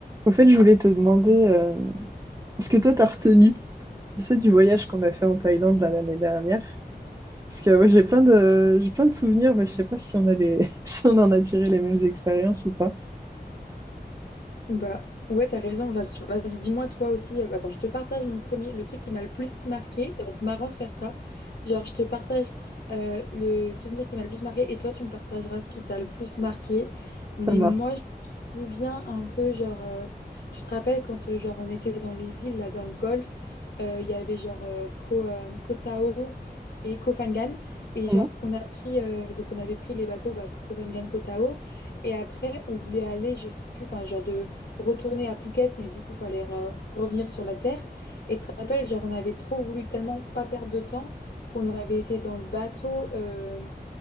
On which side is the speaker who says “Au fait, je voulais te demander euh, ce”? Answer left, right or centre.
Right